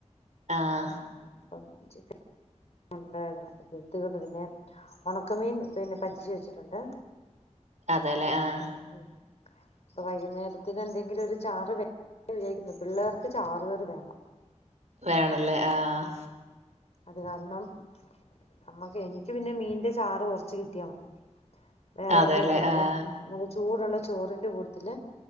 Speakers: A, on the right (about 75°); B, on the left (about 65°).
A: ആഹ്
B: <unintelligible> ഉണ്ടായിരുന്നു അത് പിന്നെ ഉണക്കമീൻ പിന്നെ പച്ചിച്ച വെച്ചിട്ടുണ്ട്
A: അതെല്ലേ ആഹ്
B: ഉം ഉം അപ്പ വൈകുന്നേരത്തിന് എന്തെങ്കിലും ഒരു ചാറ് വെ വിചാരിക്കുന്നു പിള്ളേർക്ക് ചാറുകേർ വേണം
A: വേണല്ലേ ആഹ്
B: അത് കാരണം ക നമ്മക്ക് എനിക്ക് പിന്നെ മീന്റെ ചാറ് കുറച്ച് കിട്ടിയാ മതി വേറെ
A: അതെല്ലേ
B: കറിയൊന്നല്ല
A: ആഹ്
B: <unintelligible> ചൂടുള്ള ചോറിന്റെ കൂടത്തിൽ